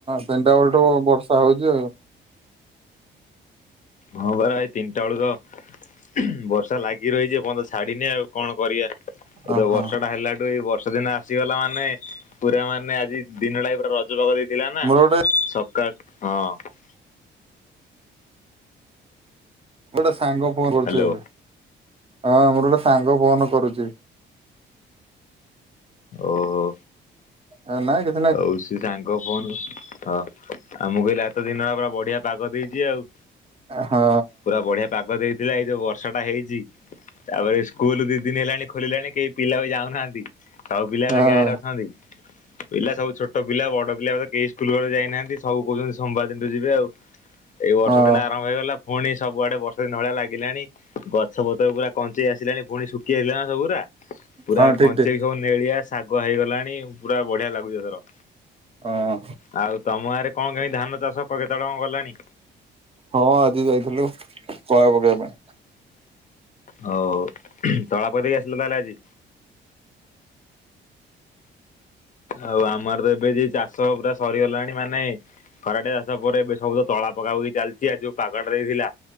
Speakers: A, on the right (about 30°); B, on the left (about 40°).
A: ତିନିଟା ବେଳଠୁ ବର୍ଷା ହଉଛି ଆଉ।
B: ହଁ ପରା ଏଇ ତିନିଟା ବେଳକୁ ବର୍ଷା ଲାଗି ରହିଛି ଏପରଯ୍ୟନ୍ତ ଛାଡିିନି ଆଉ। କଣ କରିବା ଏ
A: ଓହୋ
B: ତ ବର୍ଷଟା ହେଲାଠୁ ଏଇ ବର୍ଷ ଦିନେ ଆସିଗଲା ମାନେ ପୁରା ମାନେ ଆଜି ଦିନ ଟା ପୁରା ରଜ ପାଗ ଦେଇଥିଲା ନା
A: ମୋର ଗୋଟେ
B: ସକାଳ ହଁ
A: ମୁ ଗୋଟେ ସାଙ୍ଗ ଫୋନ କରୁଛି
B: ହ୍ୟାଲୋ
A: ଏବେ ହଁ ମୋର ଗୋଟେ ସାଙ୍ଗ ଫୋନ କରୁଛି।
B: ଓହୋ।
A: ତା ନା
B: ହଉ ସେ ସାଙ୍ଗ ଫୋନ ହଁ ଆଉ ମୁଁ କହିଲି ଏତ ଦିନ ହେଲା ପୁରା ବଢିଆ ପାଗ ଦେଇଛି ଆଉ।
A: ହଁ।
B: ପୁରା ବଢିଆ ପାଗ ଦେଇଥିଲା ଏଇ ଯୋଉ ବର୍ଷା ଟା ହେଇଛି ତାପରେ ସ୍କୁଲ ଦି ଦିନ ହେଲାଣି ଖୋଲିଲାଣି କେହି ପିଲା ବି ଯାଉନାହାନ୍ତି ସବୁ ପିଲା
A: ହଁ ହଁ
B: ଏ ଗାଁରେ ଅଛନ୍ତି। ପିଲା ସବୁ ଛୋଟ ପିଲା ବଡ ପିଲା କେହି ସ୍କୁଲ ଯାଇନାହାନ୍ତି ସବୁ କହୁଛନ୍ତି ସୋମବାର ଦିନଠୁ ଯିବେ ଆଉ। ଏଇ ବର୍ଷ
A: ହଁ
B: ଦିନ ଆରମ୍ଭ ହେଇଗଲା, ପୁଣି ସବୁଆଡେ ବର୍ଷା ଦିନ ଭଳିଆ ଲାଗିଲାଣି। ଗଛ ପତ୍ର ପୁରା କଞ୍ଚେଇ ଆସିଲାଣି, ପୁଣି ଶୁଖି ଯାଇଥିଲା ନା ସବୁୁଗୁରା। ପୁରା
A: ହଁ
B: କଞ୍ଚେଇକି
A: ଠିକ ଠିକ।
B: ସବୁ ନେଳିଆ ଶାଗୁଆ ହେଇଗଲାଣି ପୁରା ବଢିଆ ଲାଗୁଛି ଏଥର।
A: ହଁ।
B: ଆଉ ତମ ଗାଁରେ କଣ କେମିତି ଧାନ ଚାଷ କେତେ ବାଟ କଣ ଗଲାଣି?
A: ହଁ, ଆଜି ଯାଇଥିଲୁ ତଳା ପକେଇବା ପାଇଁ।
B: ହଉ ହଉ, ତଳା ପକେଇ ଦେଇକି ଆସିଲ ତାହେଲେ ଆଜି। ଆଉ ଆମର ତ ଏବେ ଯେ ଚାଷ ପୁରା ସରିଗଲାଣି ମାନେ ଖରାଟିଆ ଚାଷ ପରେ ଏବେ ସବୁ ତ ତଳା ପକା ପକି ଚାଲିଛି ଆଉ ଯୋଉ ପାଗଟା ଦେଇଥିଲା